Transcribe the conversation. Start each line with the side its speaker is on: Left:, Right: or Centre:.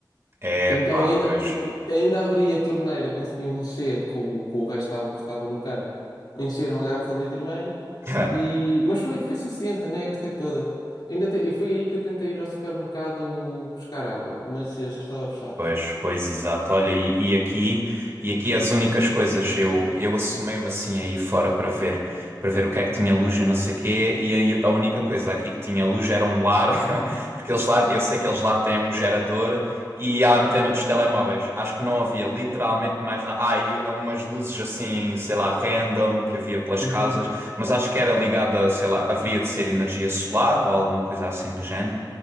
Right: É,
Left: Então,
Right: pá,
Left: ainda,
Right: pois.
Left: e- e- ainda abri a torneira, consegui encher com, o- com o resto de água que estava no cano, encher uma garrafa de litro e meio,
Right: <laughs>
Left: e, mas foi, foi suficiente, né? Gastei toda. Ainda te- e foi aí que eu tentei ir ao supermercado buscar água, mas eh, já estava fechado.
Right: Pois, pois, exato. Olha, e, e aqui, e aqui as únicas coisas eu eu assomei-me assim aí fora para ver, para ver o que é que tinha luz e não sei quê, e aí a única coisa aqui que tinha luz era um lar, <laughs> porque eles lá, eu sei que eles lá têm um gerador e a antena dos telemóveis. Acho que não havia literalmente mais nada. Ah, e umas luzes assim, sei lá, random que havia pelas
Left: Uhum,
Right: casas, mas acho que era ligada, sei lá, haveria de ser energia solar ou alguma coisa assim do género.